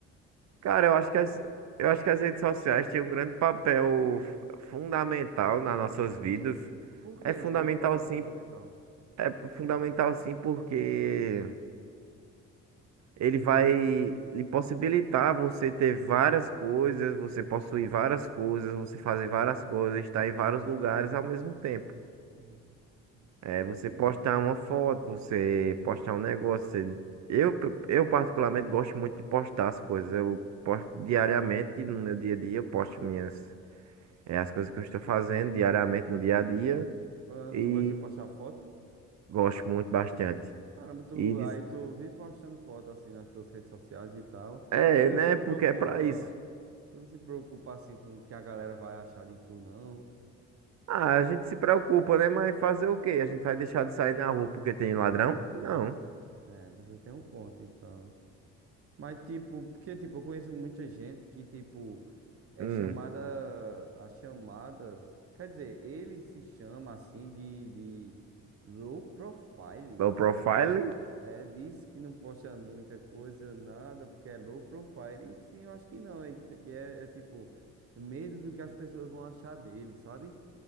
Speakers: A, on the right (about 65°); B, on the right (about 50°).
A: Cara, eu acho que as, eu acho que as redes sociais têm um grande papel fundamental nas nossas vidas.
B: Por
A: É
B: quê?
A: fundamental
B: Um grande papel
A: sim,
B: fundamental.
A: é fundamental sim, porque Ele vai lhe possibilitar você ter várias coisas, você possuir várias coisas, você fazer várias coisas, estar em vários lugares ao mesmo tempo.
B: Uhum.
A: É,
B: Entendi.
A: você postar uma foto, você postar um negócio. você- Eu, eu particularmente gosto muito de postar as coisas. Eu posto diariamente no meu dia a dia, eu posto minhas, é, as coisas que eu estou fazendo diariamente no dia a dia
B: Ah,
A: e
B: tu gosta de postar foto?
A: gosto muito bastante.
B: Caramba, tu,
A: E diz-
B: aí tu vive postando foto assim nas tuas redes sociais e tal.
A: é,
B: Tu não
A: né?
B: se preocupa,
A: Porque é pra isso.
B: tu não se preocupa assim com o que a galera vai achar de tu, não.
A: Ah, a gente se preocupa, né? Mas fazer o quê? A gente vai deixar de sair na rua porque tem ladrão? Não.
B: É, você tem um ponto, então. Mas tipo, porque tipo, eu conheço muita gente que tipo é
A: Hum.
B: chamada as chamadas, quer dizer, ele se chama assim de, de low profile.
A: O profiling,
B: É, diz que não posta muita coisa, nada, porque é low profile. E sim, eu acho que não. E te- e é, é tipo, medo do que as pessoas vão achar dele, sabe?